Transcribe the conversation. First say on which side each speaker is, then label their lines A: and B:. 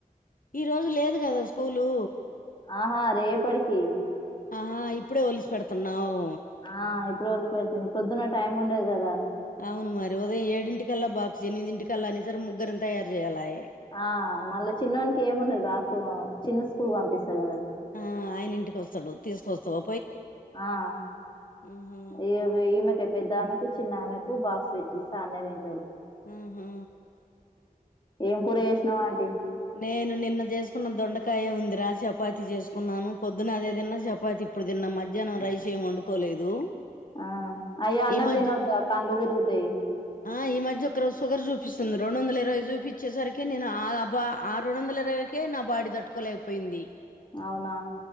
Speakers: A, on the left; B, on the left.
A: ఈ రోజు లేదు గదా స్కూలు
B: ఆహా రేపడికి
A: ఆహా ఇప్పుడే ఒలిచి పెడుతున్నావ్
B: ఆ ఇప్పుడు వలసి పెడుతున్నా పొద్దున్న టైం ఉండదు గదా
A: అవును మరి ఉదయం ఏడింటికల్లా బాక్స్ ఎనిమిదింటికల్లా అని సరికి ముగ్గురని తయారు చేయాల ఆయె
B: ఆ మళ్ళా చిన్నోనికి ఏముండదు బాక్స్ చిన్న స్కూల్ పంపిస్తా గదా
A: ఆ ఆయన ఇంటికి వస్తాడు తీసుకొస్తావు
B: ఆ
A: ఆహా
B: ఈ ఈమెక పెద్ద ఆమెకి చిన్నమెకు బాక్స్ పెట్టిస్తా అన్నె తింటరు.
A: మ్ హు
B: ఏం కూర చేసినావ్ ఆంటీ
A: నేను నిన్న చేసుకున్నా దొండకాయ ఉందిరా చపాతి చేసుకున్నాను పొద్దున అదే తిన్నా చపాతి ఇప్పుడు తిన్నా మధ్యాహ్నం రైసే ఎం వండుకోలేదు
B: ఆ అయ్యో అన్నం
A: ఈ మధ్య
B: తినొద్దా కండ్లు తిరుగుతాయి
A: ఆ ఈ మధ్య ఒక రోజు షుగర్ చూపి చుపిస్తుంది రెండు వందల ఇరవై చూపిచ్చేసరికి నేను ఆ బ్బ ఆ రెండు వందల ఇరవైకే నా బాడీ దట్టుకోలేకపోయింది.
B: అవునా